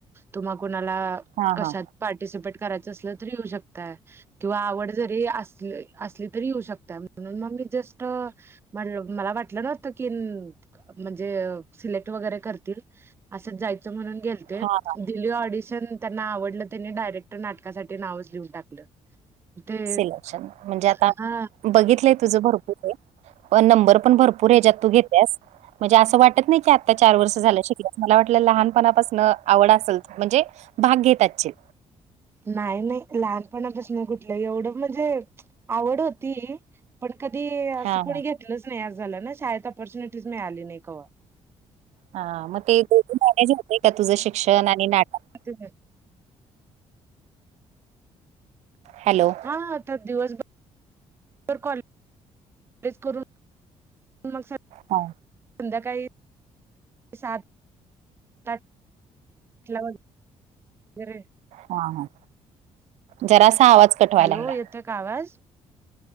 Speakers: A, on the right; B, on the right.
A: तुम्हांला कोणांला
B: हा
A: कशा..
B: हा.
A: पार्टिसिपेट करायचं असलं तरी येऊं शकतांय. किंवा आवडतं जरी असं असली तरी येऊं शकतां म्हणूंन मंग मी जस्टं म्हं.. मलां वाटलं नव्हतं की म्हणजे सिलेक्टं वगैरें करं.. असं जायचं म्हणूंन गेलते.
B: हा हा.
A: दिली ऑडिशन त्यांना आवडलं त्यांनी डायरेक्टर नाटकांसाठी नावंच लिहूंन टाकलं. ते
B: सिलेक्शंन म्हणजे आंता
A: हा
B: बघितलंय तुझं भरंपूर आहे व नंबर पणं भरंपूर. पुरेच्यांत तूं घेतल्यांस म्हणजे असं वाटतं नाहीं की आंता चार वर्ष झालं शिकल्यास.. मलां वाटलं लहांन पणांपासंन आवडतं असेल म्हणजे भांग घेतं असचील
A: नाहीं नाहीं लहांन पणांपासूंन कुठलंही एवढं म्हणजे आवडं होती. पणं कधीं असं
B: हा
A: कोणी
B: हा.
A: घेतलंच नाहीं आं झालं नां शाळेंत ऑपॉर्च्युनिटीज मिळांली नाहीं कां?
B: हां मंग ते दो मनेजे होते कां तुझं शिक्षणं आणि नाटकं.
A: होते त्यांत
B: हॅलो,
A: हा आता दिवसभर. दिवसबर कॉलेज कॉलेज करून मग सग..
B: हा,
A: संध्याकाळी सात आठ. लावत जरे,
B: हा ह जरासा आवाज. कट व्हायला
A: हॅलो
B: लागलाय.
A: येतोय का आवाज?